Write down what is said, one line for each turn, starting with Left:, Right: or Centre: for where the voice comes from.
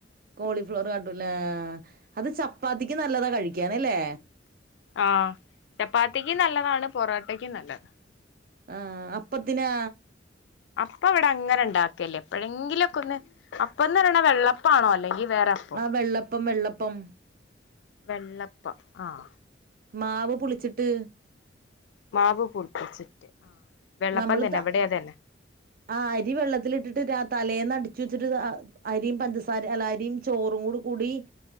Right: കോളിഫ്ലവർ കാട്ടുംലേ അത് ചപ്പാത്തിക്ക് നല്ലതാ കഴിക്കാന് അല്ലേ
Left: ആഹ് ചപ്പാത്തിക്കും നല്ലതാണ് പൊറാട്ടക്കും നല്ലതാണ്
Right: ആഹ് അപ്പത്തിനാ
Left: അപ്പ ഇവടെ അങ്ങനെ ഇണ്ടാക്കേല്ല എപ്പോഴെങ്കിലൊക്കെ ഒന്ന് അപ്പയെന്ന് പറയ്ണ വെള്ളപ്പാണോ അല്ലെങ്കി- വേറെ അപ്പോ
Right: ആഹ് വെള്ളപ്പം വെള്ളപ്പം
Left: വെള്ളപ്പം ആഹ്
Right: മാവ് പുളിച്ചിട്ട്-
Left: മാവ് പുളിപ്പിച്ചിട്ട് ആഹ് വെള്ളപ്പം
Right: നമ്മള്
Left: തന്നെ
Right: ത
Left: ഇവിടെ അതന്നെ
Right: ആഹ് അരി വെള്ളത്തിലിട്ടിട്ട് രാ തലേന്ന് അടിച്ചു വെച്ചിട്ട്- അരിയും പഞ്ചസാര അല്ല അരിം ചോറുംകൂടി കൂടി-